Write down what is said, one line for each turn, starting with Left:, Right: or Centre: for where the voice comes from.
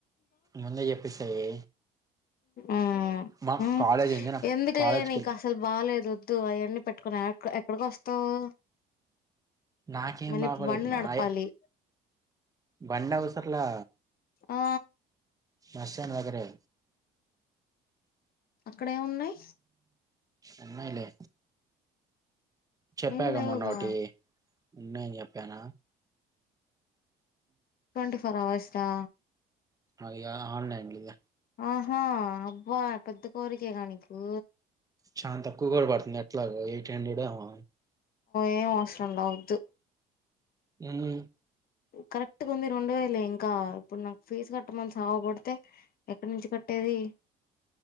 Right: ముందే చెప్పేసేయ్
Left: ఆ
Right: మా
Left: మ్
Right: కాలేజ్ ఉంది నాకు
Left: ఎందుకులే
Right: కాలేజ్కి
Left: నీకు
Right: వెళ్ళి
Left: అసలు బాలేదు ద్దు అయన్నీ పెట్టుకుని ఎక్ ఎక్కడికి వస్తావ్
Right: నాకేం
Left: మళ్ళీ
Right: బాగోలేదు
Left: బండి
Right: మా
Left: నడపాలి
Right: ఆయ- బండి అవసరంలే
Left: ఆ
Right: బస్ స్టాండ్ దగ్గరే
Left: అక్కడే ఏవున్నాయ్
Right: ఉన్నాయ్ లే చేప్పాగా
Left: ఏం లేవుగా
Right: మొన్నోటి ఉన్నాయని చెప్పాన
Left: ట్వంటీ ఫోర్ అవర్స్ క
Right: అయ్య ఆన్లైన్లీయ
Left: ఆహా అబ్బా పెద్ద కోరికే గా నీకు
Right: చాన్ తక్కువ కూడా పడుతుంది ఎట్లగో ఎయిట్ హండ్రెడ్ ఏమో
Left: ఏం అవసరం లే వద్దు
Right: ఏమి
Left: కరెక్ట్ గుంది రెండు వేలే ఇంకా ఇప్పుడు నాకు ఫీజు కట్టమని సావ గొడితే ఎక్కడి నుంచి కట్టేది